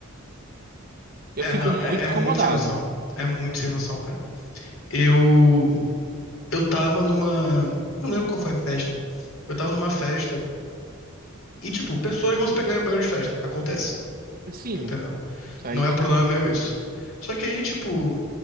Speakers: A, on the right (about 45°); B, on the left (about 65°).
A: Eu
B: é,
A: fico
B: não,
A: muito
B: é, é
A: incomodado.
B: muito sem noção. É muito sem noção, cara. Eu, eu tava numa. Não lembro qual foi a festa. Eu tava numa festa e, tipo, pessoas vão se pegar em banheiro de festa. Acontece,
A: Sim,
B: entendeu?
A: isso aí.
B: Não é problema
A: não-
B: meu isso. Só que aí, tipo,